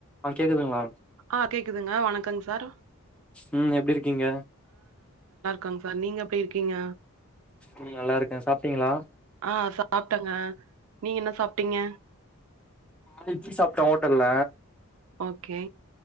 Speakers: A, in the centre; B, on the right (about 70°).
A: ஆஹ் கேக்குதுங்களா
B: ஆஹ் கேக்குதுங்க வணக்கங்க சார்
A: உம் எப்டி இருக்கீங்க
B: கன்பார்ம் நீங்க எப்டி இருக்கீங்க
A: உ நல்லா இருக்கேன் சாப்பிட்டீங்களா
B: ஆ சாப்ட்டங்க நீங்க என்ன சாப்பிட்டீங்க
A: வெஜ் சாப்பிட்டேன் ஹோட்டல்ல
B: ஓகே